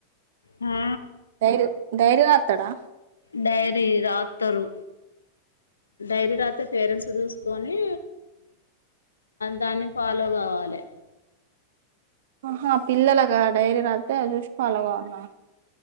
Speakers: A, on the left; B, on the right.
A: హా
B: సైరు ధైర్య అతడా
A: డైరీ రాతరు ధైర్ రాతే పేరెంట్స్ దూసుకొని దాన్ని ఫాలో కావాలి
B: ఆహా పిల్లలగా డైరీ రాస్తే చూసి ఫలోగా గావాల్నా